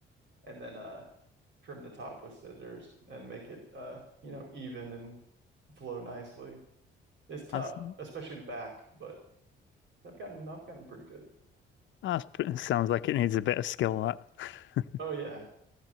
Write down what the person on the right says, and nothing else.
and then uh, trim the top with scissors and make it uh, you know, even and flow nicely. It's tough,
especially the back, but I've gotten I've gotten pretty good.
Oh yeah,